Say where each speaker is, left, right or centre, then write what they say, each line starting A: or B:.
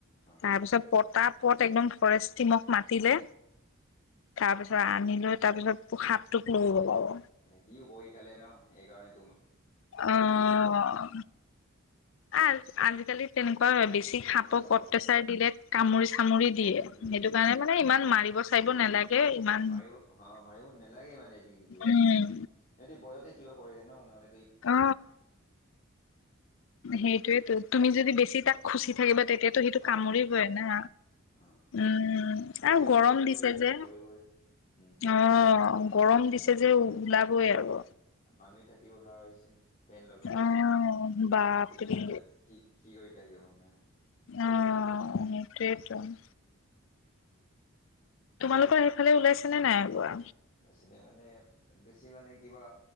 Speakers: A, on the left; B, on the left.
A: অ
B: তাৰপিছত পতা পত একদম ফৰেষ্ট টিমক মাতিলে তাৰপিছত আনি লৈ তাৰপিছত সাপটোক লৈ গ'ল আৰু।
A: সিওঁ বহি খালে ন সেইকাৰণে।
B: আহ <unintelligible> আজিকালি তেনেকুৱা বেছি। সি সাপটোক
A: অ হয়
B: অত্যাচাৰ দিলে কামুৰি চ কামুৰি দিয়ে
A: উম
B: সেইটো কাৰণে মানে ইমান মাৰি চিব নালাগে। ইমান
A: মাৰিব হ মাৰিব নে লাগে মানে য জীৱ
B: উম
A: জন্তু অৱস্থা যদি বয়স কিবা কৰি ন মানে
B: অ সেইটোয়েইেতো তুমি যদি বেছি তাক খুচি থাকিবা তেতিয়াতো সিটো
A: অ
B: কামুৰিবই
A: তেতিয়াতো
B: না।
A: অ
B: উম
A: বেছি
B: আৰু
A: অত্যাচাৰ
B: গৰম
A: কৰিলে
B: দিছে
A: এনেকা
B: যে
A: কৰিবই উম
B: অ' গৰম দিছে যে ওলাবই
A: হয়
B: আৰু
A: মানুহে থাকিব নোৱাৰা হৈছে ফেন লগাই
B: আহ বাপৰি
A: এইকেইটানো কি কি কৰি থাকিব মানে
B: আহটো <unintelligible> তোমালোকৰ সেইফালে ওলাইছে নে নাই ওলোৱা
A: চিননে মানে বেছি মানে কিবা